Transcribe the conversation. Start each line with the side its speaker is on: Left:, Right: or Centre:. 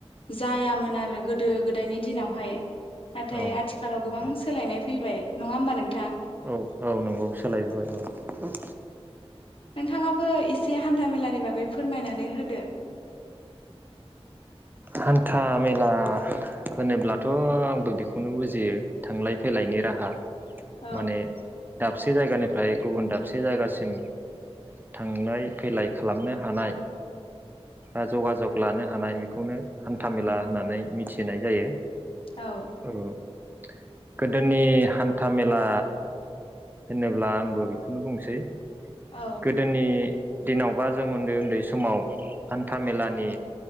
Left: जायामोन आरो गोदो गोदायनि दिनावहाय नाथाय
Right: औ
Left: आथिखालाव गोबां
Right: नंगौ
Left: सोलायनाय फैबाय नङा होमबा नों
Right: औ औ नंगौ सोलायबोबाय औ
Left: नोंथाङाबो एसे हान्थामेलानि बागै फोरमायनानै होदो
Right: हान्था मेला होनोब्लाथ' आंबो बेखौनो बुजियो थांलाय फैलायनि राहा
Left: औ
Right: माने दाबसे जायगानिफ्राय गुबुन दाबसे जायगासिम थांलाय फैलाय खालामनो हानाय बा जगाजग लानो हानाय बे खौनो हान्थामेला होननानै मिथिनाय जायो
Left: औ
Right: औ गोदोनि हान्था मेला होनोब्ला आंबो बेखौनो बुंसै
Left: औ
Right: गोदोनि दिनावबा जों उन्दै उन्दै समाव हान्था मेलानि